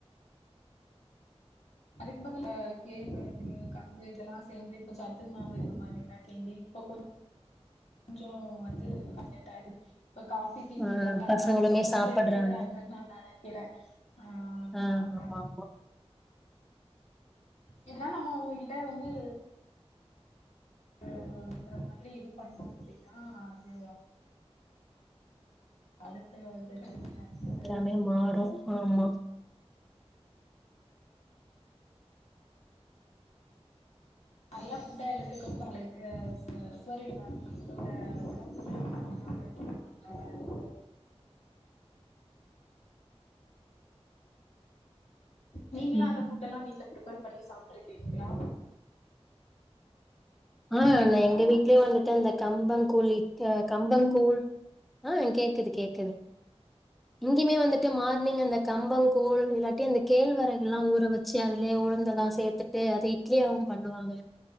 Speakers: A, on the left; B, in the centre.
A: அதுக்கு பதிலா கேழ்வரகு கம்பு இதெல்லா சேந்து இப்ப சத்து மாவு இந்த மாரில்லா கிண்டி இப்ப கொஞ் சோ வந்து செட் ஆகி இப்ப காபி டீக்கு
B: ஆ
A: பதிலா அதெல்லா
B: பசங்களுமே
A: இப்ப கொஞ்சோ
B: சாப்பட்றாங்க
A: எடுத்துக்கிறாங்கன்னு நா நெனைக்கிறே ஆ
B: ஆ
A: அதனால
B: ஆமா ஆமா
A: இதெல்லா நம்ம அவுங்ககிட்ட வந்து இந்தங்கிற மாதிரி இது பண்ணோ அப்டின்னா அது அடுத்த ஜெனரேஷன் <inaudible>
B: மே மாறு ஆமா
A: நல்ல ஃபுட்டா எடுத்துக்கம் போது நம்மளுக்கு சரி உண்டாகு நம்மளோட ஒடம்பு ஆரோக்கியமா நம்மளால அடுத்ததுக்கு நீங்கல்லா
B: ம்
A: அந்த ஃபுட்டல்லா வீட்ல பிரிப்பேர் பண்ணி சாப்ட்ருக்கீங்களா
B: ஆ
A: ஹலோ
B: எல்லா எங்க
A: மேம் நா
B: வீட்லயு
A: பேசுறது
B: வந்துட்டு
A: கேக்குதா
B: அந்த கம்பங்கூழ் ஆ கம்பங் கூழ் ஆ கேக்குது கேக்குது இங்கயுமே வந்துட்டு மார்னிங் அந்த கம்பங் கூழ் இல்லாட்டி இந்த கேழ்வரகுல்லா ஊற வச்சி அதுலயே உழுந்தெல்லா சேத்துட்டு அத இட்லியாவு பண்ணுவாங்க